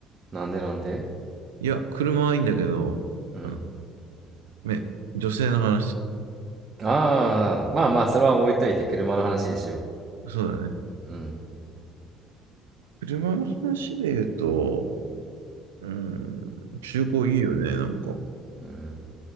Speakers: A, on the right (about 25°); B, on the right (about 75°).
A: なんでなんで
B: いや、車はいいんだけど、
A: うん
B: あの、め、女性の話。
A: ああ、まあまあ、それは置いといて車の話にしよ
B: そうだね。
A: う。うん。
B: 車の話で言うと、うん、中古いいよね、なんか。
A: うん。